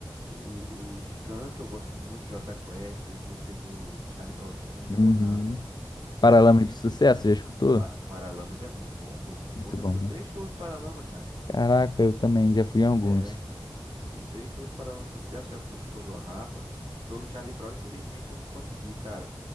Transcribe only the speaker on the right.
o, o Skank eu gosto muito, Jota Quest, as músicas do, do Charlie Brown Jr.,
o Rapa. Essas
músicas
que
Pa- Paralamas é muito bom, pô, muito
bom. Já
fui
em três shows do Paralama, cara.
É, fui em três shows do Paralama de Sucesso, já fui no show do Rapa. Show do Charlie Brown, infelizmente eu não consegui, cara.